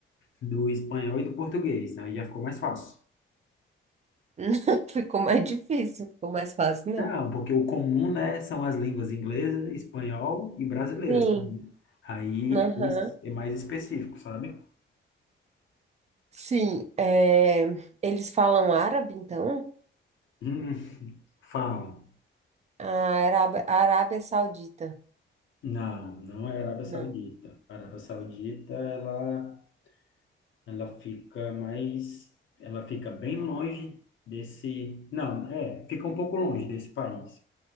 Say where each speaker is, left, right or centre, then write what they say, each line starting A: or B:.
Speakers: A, on the left (about 70°); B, on the right (about 35°).
A: do espanhol e do português, né? Aí já ficou mais fácil.
B: <laughs> Não, Ficou mais difícil, ficou mais fácil, não?
A: Não, porque o comum, né, são as línguas inglesa, espanhol e brasileira.
B: Sim.
A: assim. né? Aí
B: Aham.
A: esse é mais específico, sabe?
B: Sim. É, eles falam árabe, então?
A: Hum, falam.
B: A Arábia, a Arábia Saudita.
A: Não, não é Arábia
B: Não.
A: Saudita. A Arábia Saudita, ela Ela fica mais, ela fica bem longe desse, não, é, fica um pouco longe desse país,